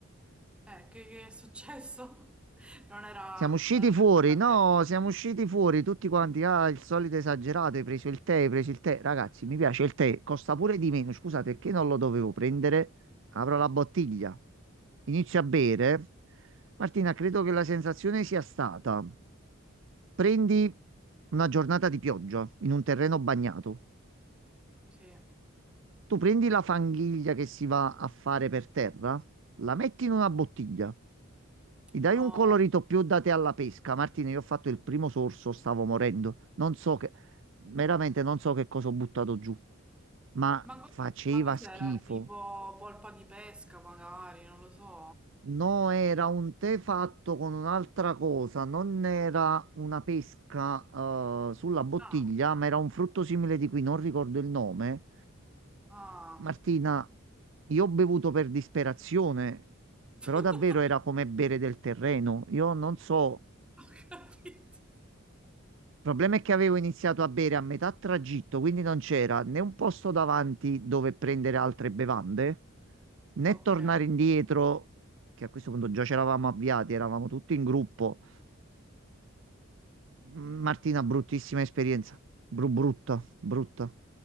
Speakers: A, in the centre; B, on the right (about 60°).
A: Eh, che, che è successo? <laughs> Non era,
B: Siamo usciti
A: non era
B: fuori,
A: quella
B: no,
A: pesca.
B: siamo usciti fuori tutti quanti. Ah, il solito esagerato, hai preso il tè, hai preso il tè. Ragazzi, mi piace il tè, costa pure di meno. Scusate, perché non lo dovevo prendere? Apro la bottiglia, inizio a bere. Martina, credo che la sensazione sia stata: prendi una giornata di pioggia in un terreno bagnato.
A: Sì.
B: Tu prendi la fanghiglia che si va a fare per terra, la metti in una bottiglia, gli dai
A: No,
B: un colorito più da te alla pesca. Martina, io ho fatto il primo sorso, stavo morendo. Non so che, veramente non so che cosa ho buttato giù, ma
A: ma, co-
B: faceva
A: ma cos'era?
B: schifo.
A: Tipo polpa di pesca, magari, non lo so.
B: No, era un tè fatto con un'altra cosa, non era una pesca, eh, sulla bottiglia,
A: Ah, ok.
B: ma era un frutto simile di cui non ricordo il nome.
A: Ah,
B: Martina, io ho bevuto per disperazione,
A: <laughs>
B: però davvero era come bere del terreno. Io non so.
A: ho capito.
B: Il problema è che avevo iniziato a bere a metà tragitto, quindi non c'era né un posto davanti dove prendere altre bevande, né
A: Ok.
B: tornare indietro, che a questo punto già ci eravamo avviati, eravamo tutti in gruppo. Martina, bruttissima esperienza. Bru- brutta, brutta.